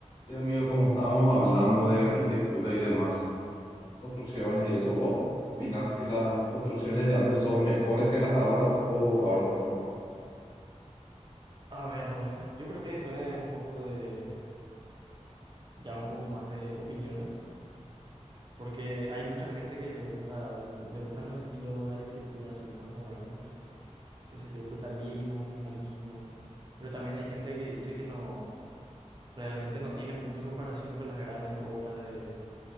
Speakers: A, on the left; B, on the right.
A: Sí, amigo, como estábamos hablando de arquitectura y demás, construcciones
B: Ajá.
A: y eso, ¿vos opinás que las construcciones de antes son mejores que las de ahora o ahora estamos mejor?
B: A ver, yo creo que depende un poco de, ya un poco más de opiniones, porque hay
A: Sí,
B: mucha gente que le gusta, le gustan los estilos de arquitectura así más modernos, qué sé yo, brutalismo,
A: sí,
B: minimalismo, pero también hay gente que dice que no, realmente no tiene punto de comparación con las grandes obras de,